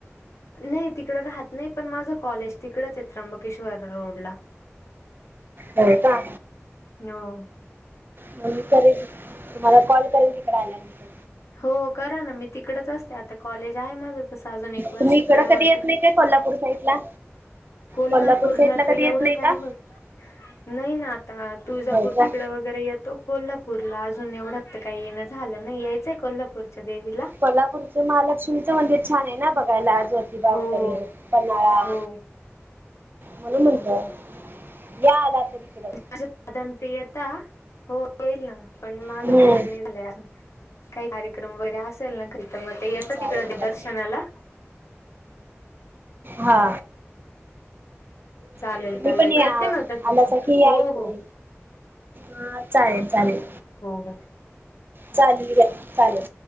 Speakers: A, on the left; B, on the right.
A: नाही तिकडं राहत नाही पण माझं कॉलेज तिकडंच आहे त्र्यंबकेश्वर रोड ला.
B: हो का.
A: नऊ.
B: मगी करेल तुम्हाला कॉल करेल तिकडे आल्यानंतर.
A: हो करा ना मी तिकडेच असते आता कॉलेज आहे माझं. तसं अजून एक वर्ष
B: तुम्ही इकडं
A: तरमुळे.
B: कधी येत नाही काय कोल्हापूर साईडला
A: कोल्हापूरला
B: कोल्हापूर साईडला
A: तर एवढं
B: कधी येत नाही
A: काय
B: का
A: होत नाही ना आता तुळजापूर
B: होय का
A: तिकडे. वगैरे येतो कोल्हापूरला अजून एवढा तर काही येणं झालं नाही यायचंय कोल्हापूरच्या देवीला.
B: कोल्हापूरचं महालक्ष्मीचं मंदिर छान आहे ना बघायला आज. दिवा
A: हो.
B: वगैरे पन्हाळा
A: हो
B: म्हणून म्हणत. या ना आ सिकर.
A: माझ साधणपियता हो येईल ना पण माझं
B: हम्म
A: काही नाही झालं. काही कार्यक्रम वगैरे असेल ना तर मग ते येतं
B: चालेल
A: तिकड
B: चालेल
A: दर्शनाला.
B: हा.
A: चालेल
B: तुम्ही
A: चालेल
B: पण या
A: करते ना तस
B: आलासा
A: फन
B: की या
A: हो
B: इकडे
A: हो.
B: हा चालेल चालेल
A: हो हो
B: चालेल चालेल